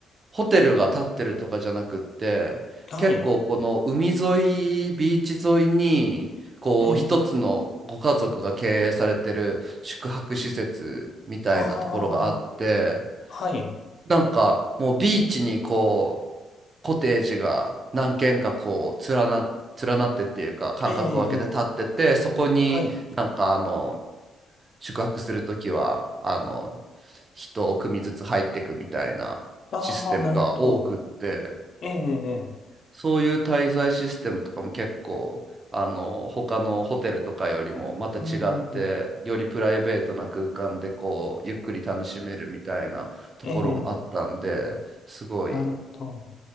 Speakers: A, on the right; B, on the left.
A: ホテルが建ってるとかじゃなくって結構この海沿いビーチ沿いにこう一つのご家族が経営されてる宿泊施設みたいなところがあって
B: はい、ええああー、はい、
A: なんかもうビーチにこうコテージが何軒かこう連な、連なってっていうか間隔を空けて建っててそこになんかあの
B: ええはい、
A: 宿泊するときは、あの、人を組ずつ入っていくみたいなシステムが多くって、
B: ああ、なるほど、ええええ
A: そういう滞在システムとかも結構、あの、他のホテルとかよりもまた違って、
B: うん、うん、うん、
A: よりプライベートな空間でこう、ゆっくり楽しめるみたいなところもあったんで、
B: ああ、ええ
A: すごい
B: なるほど、